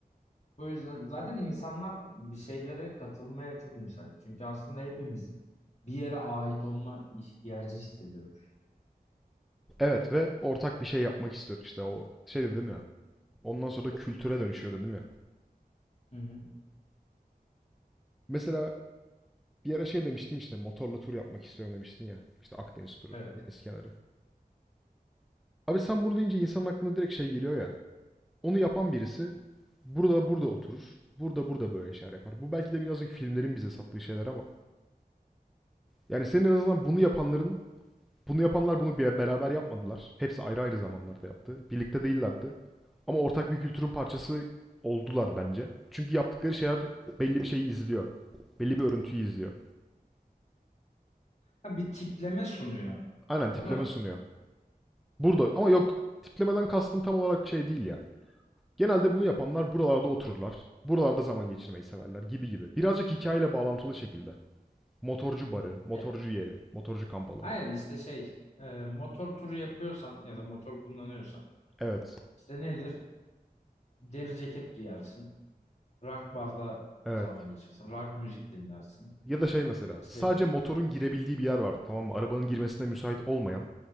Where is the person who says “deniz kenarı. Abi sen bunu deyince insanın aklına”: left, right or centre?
Centre